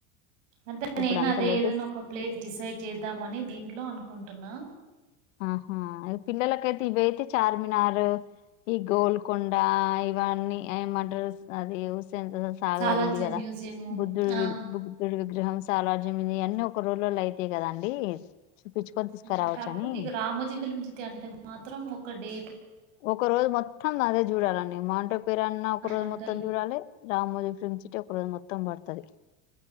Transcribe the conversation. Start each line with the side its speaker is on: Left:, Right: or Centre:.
Right: అదే నేను
Left: ఇప్పుడు అంతలైతే
Right: అదే ఏదనా ఒక ప్లేస్ డిసైడ్ చేద్దామని దీంట్లో అనుకుంటున్నా
Left: ఆహా పిల్లలకైతే ఇవయితే చార్మినార్ ఈ గోల్కొండ ఇవన్నీ ఏమంటారు అది ఎంత సాగర్
Right: సాలార్జంగ్
Left: ఉంది కదా
Right: మ్యూజియము.
Left: బుద్ధుడు
Right: ఆ!
Left: బుద్ధుడు గృహంస్లజ్యం అన్ని ఒక రోజులో అయితాయి కదాండి చూపించుకొని తీసుకురావచ్చ
Right: ఆ! కాకపోతే
Left: అని
Right: ఇక రామోజీ ఫిలిమ్ సిటీ అంటే మాత్రం ఒక కడే
Left: ఒక రోజు మొత్తం అదే చూడాలండి మాంటవ పేరన్న ఒక రోజు
Right: గంటలు.
Left: మొత్తం చూడాలి రామ్మోజీ ఫిల్మ్ సిటి ఒక రోజు మొత్తం పడుతుంది తధి